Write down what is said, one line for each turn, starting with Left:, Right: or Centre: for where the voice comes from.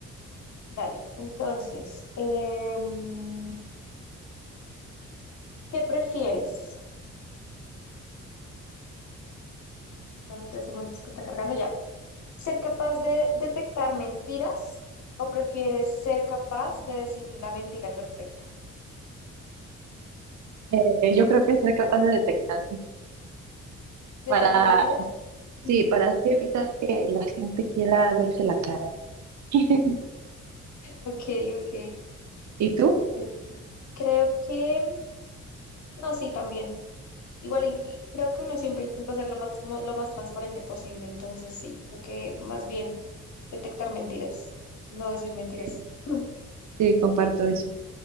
Left: Dale. Entonces, em, ¿qué prefieres? Dame tres segundos que está cargando ya. ¿Ser capaz de detectar mentiras o prefieres ser capaz de decir la mentira perfecta?
Right: Eh, yo creo que ser capaz de detectar
Left: ¿Detectar
Right: para,
Left: mentiras?
Right: sí,
Left: <laughs>
Right: para así evitar que la gente quiera verte la cara. <laughs>
Left: Ok, ok.
Right: ¿Y tú?
Left: Eh, creo que, no, sí, también. Igual, in- y creo que uno siempre intenta ser lo más, mo- lo más transparente posible, entonces sí, creo que más bien detectar mentiras, no decir mentiras.
Right: Sí,
Left: <clears throat> <laughs>
Right: Sí, comparto eso.